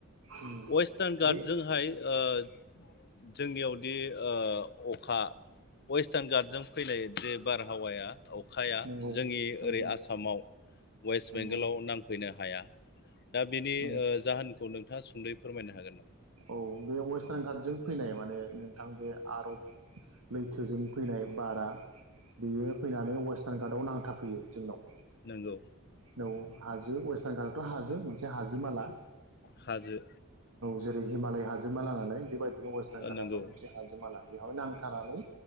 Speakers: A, on the right; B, on the left.
A: ओम
B: वेस्टार्न गार्डजोंहाय
A: बे।
B: ओ जोंनियावदि ओ-अखा वेस्टार्न गार्डजों फैनाय जे बारहावाया। अखाया
A: नंगौ
B: जोंनि
A: नंगौ
B: ओरै आसाम। वेस्ट
A: नंगौ
B: बेंगलाव नांफैनो हाय हाया। दा बिनि
A: नंगौ
B: ओ-जाहोनखौ नों। थाङा सुंदै फोरमायनो हागोन नामा?
A: औ बे वेस्टार्न कार्डजों फैनाय माने नोंथां बे आरब लैथोजों फैनाय बारा बेयो फैनानै वेस्टार्न कार्टआव नांथाफैयो जोंनाव।
B: नोंगौ।
A: <unintelligible> हाजो वेस्टार्न खालथ हाजो मोनसे हाजो माला।
B: हाजो।
A: जेरै हिमालय हाजोमा लानानै बेबायदिनो वेस्टार्न घाटाबो
B: नंगौ
A: मोनसे हाजो माला। बेहाव नांथारालै